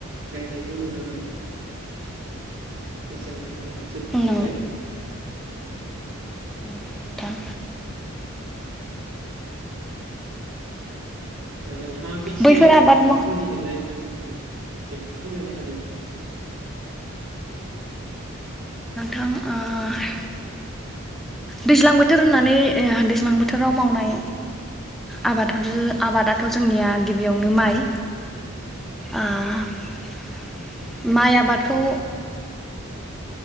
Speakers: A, on the right; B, in the centre.
A: गायनायखौ नुनो मोनो। मेसें बोथोर जोंनिखि
B: नंगौ
A: जाय
B: मोनथाम
A: <unintelligible> नोंथाङाबो एसे
B: बैफोर आबाद
A: नोंथांमोननि
B: माव
A: खिजाया फोरमायना होदों
B: औ ओ दैज्लां बोथोर होननानै ओ दैज्लां बोथोराव मावनाय आबाद आबादाथ' जोंनिया गिबियावनो माइ ओह माइ आबादखौ